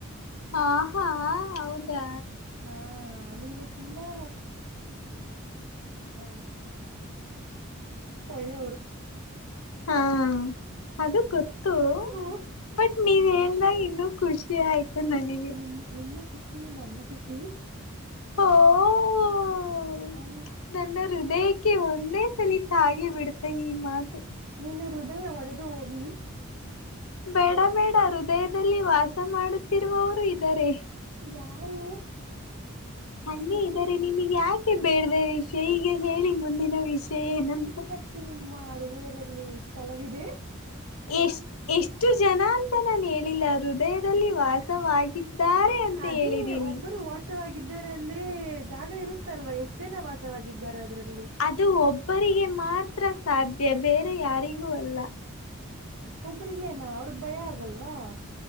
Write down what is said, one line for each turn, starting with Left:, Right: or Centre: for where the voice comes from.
Left: ಹಾ ಹಾ ಹೌದಾ
Right: ಹ ನೀವು ತುಂಬಾ ಹ ಒೊಳ್ಳೆಯವರು
Left: ಹಾ ಅದು ಗೊತ್ತು
Right: ಹ್ಮ್.
Left: ಬಟ್ ನೀವ್ ಹೇಳ್ದಾಗ ಇನ್ನು ಖುಷಿ ಆಯ್ತು ನನಗೆ
Right: ನಿಮ ನಿಮ್ಮ ಖುಷಿ ನನ್ನ ಖುಷಿ
Left: ಓ ಓ ಹ
Right: ಆ
Left: ನನ್ನ ಹೃದಯಕ್ಕೆ ಒಂದೇ ಸಲ ತಾಗಿ ಬಿಡ್ತೆ ಈ ಮಾತು
Right: ನೀನ್ನ ಹೃದಯ ಹೊಡೆದು ಹೋಗ್ಲಿ
Left: ಬೇಡ ಬೇಡ ಹೃದಯದಲ್ಲಿ ವಾಸ ಮಾಡುತ್ತಿರುವವರು ಇದ್ದಾರೆ
Right: ಯಾರು
Left: ಹಂಗೆ
Right: ಎಷ್ಟು
Left: ಇದ್ದಾರೆ ನಿಮಗೆ ಯಾಕೆ ಬೇಡ್ದ ವಿಷಯ ಈಗ ಹೇಳಿ ಮುಂದಿನ ವಿಷಯ ಏನಂತ
Right: ಅಕಿ ನಿಮ್ಮ ಹೃದಯದಲ್ಲಿ ಸ್ಥಳವಿದೆ
Left: ಎಷ್ಟ ಎಷ್ಟು ಜನ ಅಂತ ನಾನು ಹೇಳಿಲ್ಲ ಹೃದಯದಲ್ಲಿ ವಾಸವಾಗಿ ಇದ್ದಾರೆ ಅಂತ
Right: ಅದೇ
Left: ಹೇಳಿದೀನಿ
Right: ಒಬ್ಬರು ವಾಸವಾಗಿದ್ದಾರೆ ಅಂದ್ರೆ ಜಾಗ ಇರುತ್ತಲ್ವಾ ಎಷ್ಟು ಜನ ವಾಸವಾಗಿದ್ದಾರೆ ಅದರಲ್ಲಿ
Left: ಅದು ಒಬ್ಬರಿಗೆ ಮಾತ್ರ ಸಾಧ್ಯ ಬೇರೆ ಯಾರಿಗೂ ಅಲ್ಲ
Right: ಒಬ್ರಗೇನ ಅವ್ರಗ್ ಭಯ ಆಗಲ್ವಾ